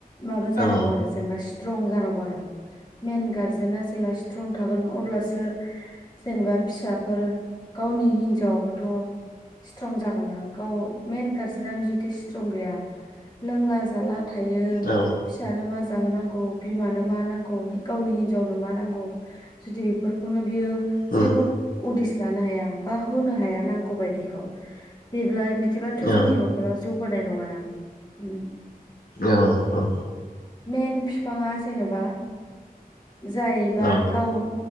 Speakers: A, on the left; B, on the left.
A: माबा जानांगौ
B: आङो औ ओ
A: आरो जेनेबा स्ट्रं जानांगौ आरो मेन गारजेना जेला स्ट्रं थागोन अब्लासो जेनेबा फिसाफोर गावनि हिनजावाबोथ' स्ट्रं जागोन ना गाव मेन गार्जेनानो जुदि स्ट्रं गैया लोंला जाला थायो
B: औ
A: फिसानो मा जाहोनांगौ बिमानो मा नांगौ गावनि हिनजावनो मा नांगौ जुदि बेफोरखौनो बियो
B: उम
A: जेबो उदिस जानो हाया बा होनो हाया नांगौबाय बेखौ बिलाय बिदिबाथ'
B: औ
A: जोंनि न'खरा जौ होनाय नङा ना उम।
B: औ औ।
A: मेन फिफाङा जेनेबा जाय एबा
B: औ
A: गाव